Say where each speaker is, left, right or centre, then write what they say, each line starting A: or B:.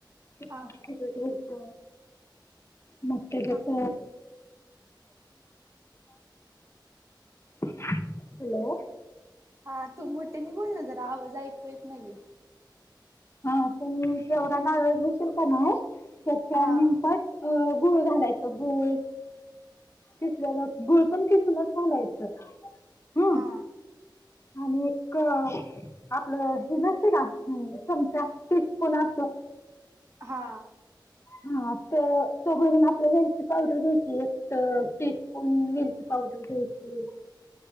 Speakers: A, on the right; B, on the left.
A: हा
B: खोबरं घ्याय च मग त्याच्यात
A: हा
B: <unintelligible> हॅलो.
A: हा तू मोठे नाही बोल ना जरा आवाज ऐकू येत नाहीये.
B: हा तू जेवढा नारळ घेशील की नाय त्याच्या
A: हा
B: निमपट अ गुळ घालायचं गुळ किसलेला गुळ पण किसूनच घालायचं. हम्म
A: हा.
B: आणि एक आपलं हे नसत का चमचा टीस्पून असतो
A: हा.
B: हा तो घरून आपल्या वेलची पावडर घ्यायच एक टीस्पून विरची पावडर घ्यायची